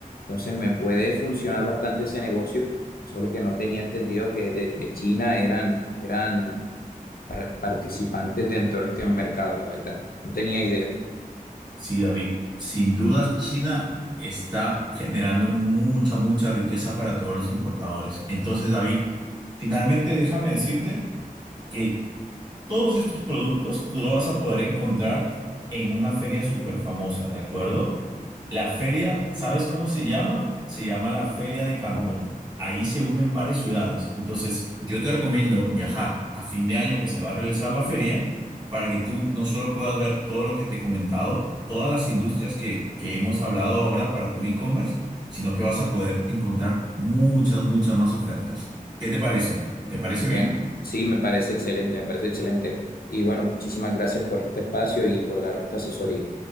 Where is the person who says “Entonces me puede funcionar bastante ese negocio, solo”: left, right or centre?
Left